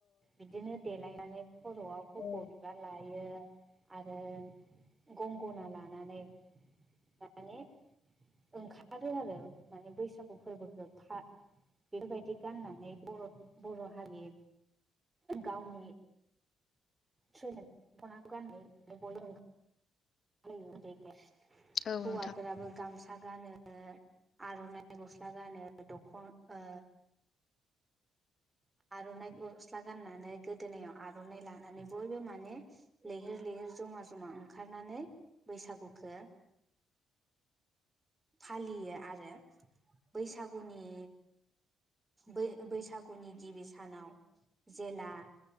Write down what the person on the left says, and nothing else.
औ
औ
नोंथां